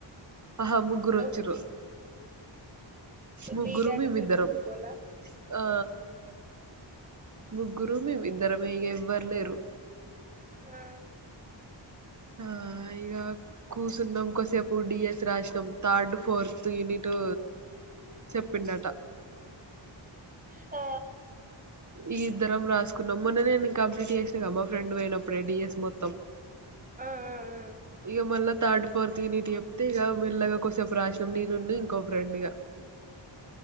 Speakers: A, on the right (about 40°); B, on the right (about 15°).
A: ఆహా ముగ్గురు
B: ఆ
A: వచ్చిర్రు ముగ్గురు
B: మీ డాటా
A: మేమిద్దరం
B: సైన్స్ గ్రూపోల్లా
A: ఆ ముగురు మేమిద్ ఇద్దరమే ఇగ ఎవ్వరులేరు
B: ఆ
A: ఆ ఇగా కూసున్నం కోసేపు ఇప్పుడు డిఎస్ రాశినం థర్డ్ ఫోర్త్ యూనిటు చెప్పిండట
B: ఆ
A: ఈ ఇద్దరం రాసుకున్నాం మొన్న నేను కంప్లీట్ చేసిన కదా మ్మా ఫ్రెండ్ పోయినప్పుడే డిఎస్ మొత్తం
B: ఆ
A: ఇగ మళ్ళా థర్డ్ ఫోర్త్ యూనిట్ చెప్తే ఇక మెల్లగా కొసేపు రాశినం నేన్ ఉనూ ఇంకో ఫ్రెండ్ ఇగ